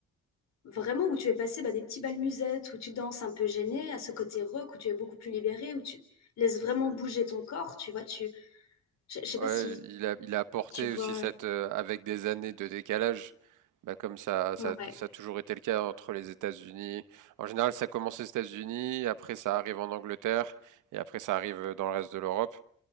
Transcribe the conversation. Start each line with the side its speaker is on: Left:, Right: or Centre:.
Left: vraiment où tu es passé bah, des petits bals musettes, où tu danses un peu gêné, à ce côté rock, où tu es beaucoup plus libéré, où tu laisses vraiment bouger ton corps, tu vois. Tu... Je je sais
Right: Ouais,
Left: pas si
Right: il a, il a apporté
Left: tu vois.
Right: aussi cette, euh, avec des années de décalage, bah comme ça, ça,
Left: Ouais,
Right: ça a toujours été le cas entre les États-Unis. En général, ça commence aux États-Unis, après ça arrive en Angleterre, et après ça arrive dans le reste de l'Europe.